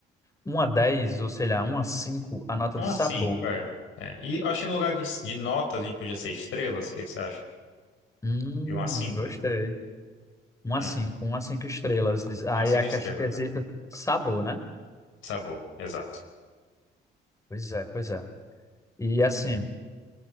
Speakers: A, on the left; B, on the left.
A: um a 10, ou sei lá, 1 a cinco, a nota
B: Uma
A: de sabor.
B: cinco, é. É, E acho que no lugar de, de notas a gente podia ser estrelas, o que que você acha?
A: Hum,
B: De uma a cinco?
A: gostei. Um
B: É,
A: a cinco, um a cinco estrelas. Diz- Aí
B: uma a cinco
A: a ques-
B: estrelas,
A: quesito
B: é.
A: sabor, né?
B: Sabor, exato.
A: Pois é, pois é. E assim,